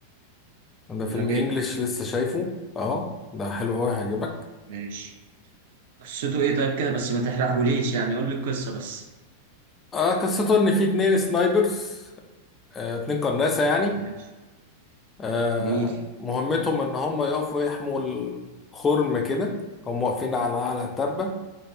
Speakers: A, on the left; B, on the right.
A: ده فيلم
B: ذاكر
A: انجليش لسه شايفه اه ده حلو قوي هيعجبك
B: ماشي قصته ايه طيب كده بس ما تحرقهوليش يعني قول لي القصه بس
A: آه قصته ان في اتنين سنايبرز آه اتنين قناصة يعني
B: ماشي
A: آه
B: نيل
A: مهمتهم ان هم يقفوا يحموا الخرم كده هم واقفين على على التبة